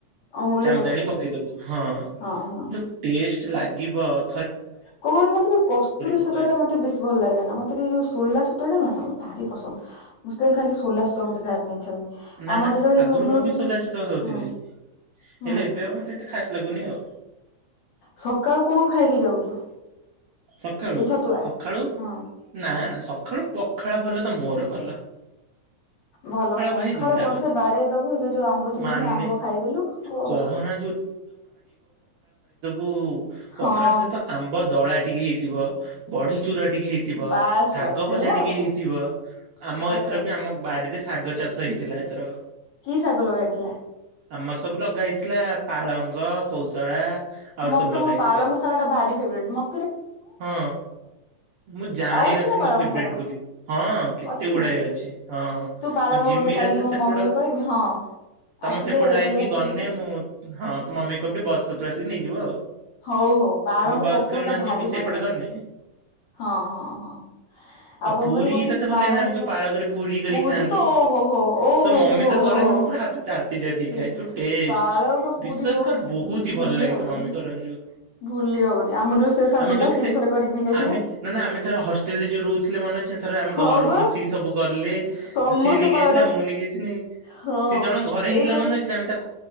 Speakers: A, on the left; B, on the right.
A: ଅମୁଲ
B: ଚାମଚା
A: ବି ପକେଇଦେବି।
B: ଆଣି ପକେଇଦବୁ ହଁ
A: ହଁ ହଁ
B: ଯୋଉ ଟେଷ୍ଟ ସେ ଲାଗିବତ୍
A: କଣ ମତେ ତ କସ୍ତୁରି
B: ତୁ
A: ଛତୁଆଟା
B: କହିବୁ।
A: ମତେ ବେଶୀ ଭଲ ଲାଗେ ନା। ମତେ ଟିକେ ଯଉ ସୋଲା ଛତୁଆ ଟା ନୁହଁନା ମୋର ଭାରି ପସନ୍ଦ। ମୁଁ ସେଥିପାଇଁ ଖାଲି ସୋଲା ଛତୁଆ ମୋତେ ଖାଇବା ପାଇଁ ଇଚ୍ଛା ହୁଏ।
B: ନାଁ
A: ଆମର
B: ନାଁ
A: ଯେତେବେଳେ ଏଇ
B: ଆଗୁରୁ
A: ଯୋଉ ମିଳୁଥିଲା
B: ମୁଁ ବି ସୋଲା ଛତୁଆ ଖାଉଥୁଲି
A: ହୁଁ
B: ହେଲେ
A: ହୁଁ
B: ଏବେ ଆଉ ମତେ ଏତେ ଖାସ ଲାଗୁନି ଆଉ।
A: ସକାଳୁ କଣ ଖାଇକି ଯାଉଛୁ
B: ସକାଳୁ
A: ଏଇ ଛତୁଆ
B: ସଖାଳୁ
A: ହଁ
B: ନାଁ। ନାଁ ନାଁ ସଖାଳୁ ପଖାଳ ଭଲ ତ ମୋର ଭଲ।
A: ଭଲ ପଖାଳ
B: ଭାଇ ଜିନ୍ଦାବାଦ
A: କଂସେ ବାଡ଼େଇ ଦବୁ ଏବେ ଯୋଉ ଆମ୍ବ ସିଜିନିରେ
B: ମାନେ
A: ଆମ୍ବ ଖାଇଦେଲୁ ଓଃ।
B: କହନା ଉ
A: ହଁ
B: ପଖାଳ ସହିତ ଆମ୍ବ ଦଳା ଟିକେ ହେଇଥିବ। ବଢ଼ି ଚୁରା ଟିକେ ହେଇଥିବ
A: ବାସ୍
B: ଶାଗ
A: ବାସ୍ ହେଲା
B: ଭଜା ଟିକେ
A: ଆଉ କଣ
B: ହେଇଥିବ। ଆମ
A: ବାସ୍
B: ଏଥର
A: ବାସ୍
B: ବି ଆମ ବାଡି଼ରେ ଶାଗ ଚାଷ ହେଇଥିଲା ଏଥରକ।
A: କି ଶାଗ ଲଗା ହେଇଥିଲା?
B: ଆମର ସବୁ ଲଗା ହେଇଥିଲା ପାଳଙ୍ଗ କୌଶଳା। ଆହୁରି
A: ମତେ
B: ସବୁ ଲଗା
A: ମୋ
B: ହେଇଥିଲା
A: ପାଳଙ୍ଗ ଶାଗଟା ଭାରି ଫେବରେଟ୍ ମ
B: ହଁ ମୁଁ ଜାଣିିନଥିଲି
A: ଆଉ ଅଛି ନା ପାଳଙ୍ଗ
B: ତୋ ଫେବ୍ରେଟ
A: ଶାଗ
B: ବୋଲି। ହଁ କେତେ
A: ଅଛି
B: ଗୁଡ଼ାଏ
A: ନା
B: ଅଛି। ହଁ
A: ତୁ ପାଳଙ୍ଗ
B: ମୁଁ ଯିମି
A: ମତେ କାଲି
B: ରଇଥ
A: ମୋ
B: ସେପଟ
A: ମମି କୁ କହିମି ହଁ
B: ତମ
A: ଆସିଲେ
B: ସେପଟ ଲାଇନ
A: ନେଇ ଆସିବୁ
B: କି ଗନେ
A: ଦିଟା
B: ମୁଁ ହଁ ତ ମମିକୁ କହିବୁ ଟିଏ ବସ୍ କତୁରୁ ଆସି ନେଇଯିବ ଆଉ।
A: ହଉ ହୋଉ ପାଳଙ୍ଗ
B: ବସ୍
A: ପ କୁଡ଼ିରା
B: କୁ ନ
A: ଭାରି
B: ଯିମି ସେଇପଟେ
A: ବଢ଼ିଆ ଲାଗେ।
B: ଗନେ
A: ହଁ ହଁ ହଁ ଆଉ କଁ
B: ପୁରୀ
A: କହନି କୋଉଥିଲି
B: ତତେ ଭଲ
A: ପାଳଙ୍ଗ
B: ଲାଗେନା ଆମେ ଯୋଉ
A: ପ
B: ପାଳକରେ କରିକି
A: ପୁରୀ
B: ଖାଆନ୍ତି।
A: ତ ଓ ହୋ ହୋ ଓହୋ
B: ତୋ ମମି
A: ହୋ ହୋ
B: ତ
A: ହୋ
B: କରନ୍ତି
A: ହୋ।
B: ମୁଁ ପୁରା ହାତ ଚାଟି ଚାଟି
A: ହୁ
B: ଖାଏ ଯୋଉ ଟେଷ୍ଟ।
A: ପାଳଗ ପୁରୀ
B: ବିଶ୍ଵାସ
A: ଓଫ୍
B: କର ବହୁତ ହି
A: ଭୁଲି
B: ଭଲ ଲାଗେ
A: ହବନି
B: ତୋ ମମି କରନ୍ତି ଯୋଉ
A: ଭୁଲି ହବନି ଆମ ଯୋଉ ସେ ସାଙ୍ଗ
B: ଆମେ ଯୋଉ
A: ଟା ସିଏ
B: କେତେ
A: ବି ଥରେ କରିକି ନେଇକି ଆଇଥିଲା
B: ଆମେ ନାଁ ନାଁ ଆମେ ଥରେ ହଷ୍ଟେଲ୍ ରେ ଯୋଉ ରୋଉଥୁଲେ ମନେଅ ସେଁ ଥର ଆମେ
A: ହଁ
B: ଘରୁ
A: ବା
B: ମିଶିକି ସବୁ ଗଲେ
A: ସମସ୍ତେ
B: ଯେ ସିଏ ନେଇକି
A: ପାଳଙ୍ଗ
B: ଯାଇଥିଲା ମୁଁ ନେଇକି ଯାଇଥିନି।
A: ହଁ
B: ସିଏ ଜଣଙ୍କ ଘରେ ହେଇଥିଲା
A: ଏଇ ଯୋଉ
B: ମନେ ଅଛି ନାଁ ଆମେ ତା